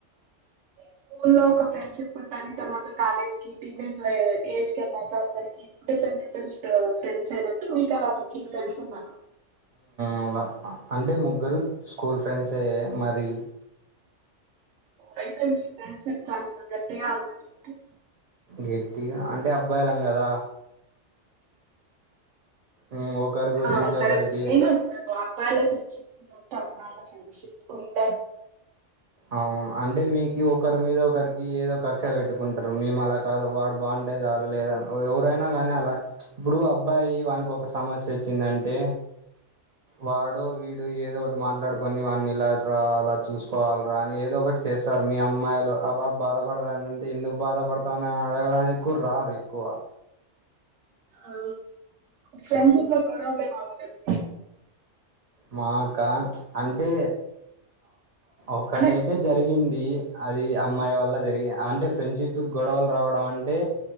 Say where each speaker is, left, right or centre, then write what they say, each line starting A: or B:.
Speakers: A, on the right (about 90°); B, on the right (about 55°).
A: స్కూ లో ఒక ఫ్రెండ్షిప్ ఉంటాంది తర్వాత కాలేజ్ కి టీనేజ్ ఏజ్ క వెళ్ళాక అందరికి డిఫరెంట్ డిఫరెంట్ ఫ్రెండ్స్ అయినట్టు మీకు అలా ఒక త్రీ ఫ్రెండ్స్ ఉన్నారు
B: అవులా అంటే ముగ్గురు స్కూల్ ఫ్రెండ్స్ అయ మరి
A: యితే ఫ్రడ్ చాలట్ట ఉ
B: గట్టి అంటే అబ్బాయిలం కదా ఉమ్, ఒకరి గురించి
A: ఆ కర
B: ఒకరికి
A: నేను ఉన్నా బాబ్బాల్లో పెనిస్తున్నట్టు అమ్మాళ్ళ కుంట
B: అవు అంటే మీకు ఒకరి మీద ఒకరికి ఏదో కక్ష పెట్టుకుంటారు మేము అలా కాదు వాడు బాగుంటేది లేద ఎవరైనా కాగానీ అలా ఇప్పుడు అబ్బాయి వానికి ఒక సమస్య వచ్చిందంటే వాడు వీడు ఏదో ఒక మాట్లాడుకొని వాని ఇలా ఇ అలా చూసుకోవాలి రాని ఏదో ఒకటి చేస్తారు మీ అమ్మాయిలు ఆబాబు బాధపడతాంటే ఎందుకు బాధపడతాని అడగడానికి కుర ర ఎక్కువ
A: అ ఫ్రెండ్షిప్లా గోడవలే మావా లేదు
B: మాకా అంటే ఒకటైతే
A: అంటే
B: జరిగింది అది అమ్మాయి వల్ల జరిగి అంటే ఫ్రెండ్షిప్ గొడవలు రావడం అంటే